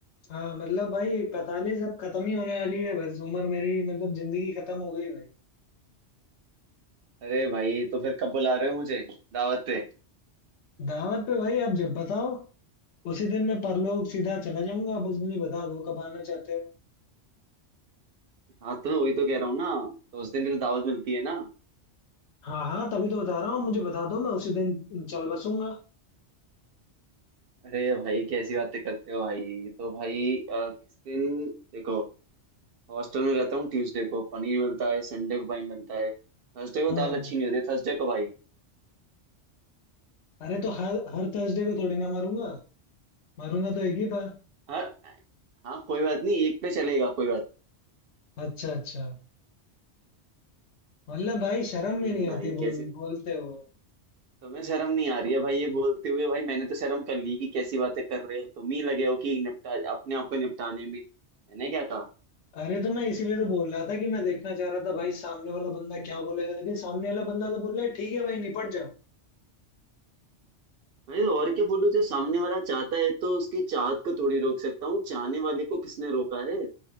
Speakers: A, on the left (about 75°); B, on the right (about 60°).
A: हाँ मतलब भाई पैतालीस अब खत्म ही होने वाली है बस उम्र मेरी मतलब जिंदगी खत्म हो गई भाई
B: अरे भाई तो फिर कब बुला रहे हो मुझे दावत पे
A: दावत पे भाई आप जब बताओ उसी दिन मैं परलोक सीधा चला जाऊंगा बस मुझे बता दो कब आना चाहते हो
B: हाँ तो वही तो कह रहा हूँ ना तो उस दिन भी तो दावत मिलती है ना
A: हाँ हाँ तभी तो बता रहा हूँ मुझे बता दो मैं उसी दिन चल बसूंगा
B: अरे भाई कैसी बातें करते हो भाई तो भाई अ, किस दिन देखो हॉस्टल में रहता हूँ ट्यूसडे को पनीर मिलता है संडे को भाई मिलता है थर्सडे को
A: हाँ
B: दाल अच्छी नहीं होती थर्सडे को भाई
A: अरे तो हर हर थर्सडे को थोड़ी ना मारूंगा मारूंगा तो एक ही बार
B: हाँ हाँ कोई बात नहीं एक पे चलेगा कोई बात
A: अच्छा अच्छा मतलब भाई शर्म
B: नहीं।
A: में नहीं
B: हम्म भाई
A: आती बोल
B: कैसे
A: बोलते हो
B: तुम्हें शर्म नहीं आ रही है भाई ये बोलते हुए भाई मैंने तो शर्म कर ली कि कैसी बातें कर रहे हो तुम ही लगे हो कि निपटा अपने आप को निपटाने में मैंने क्या कहा
A: अरे तो मैं इसीलिए तो बोल रहा था कि मैं देखना चाह रहा था भाई सामने वाला बंदा क्या बोलेगा लेकिन सामने वाला बंदा तो बोल रहा है ठीक है भाई निपट जाओ
B: भाई और क्या बोलूं जो सामने वाला चाहता है तो उसकी चाहत को थोड़ी रोक सकता हूँ चाहने वाले को किसने रोका है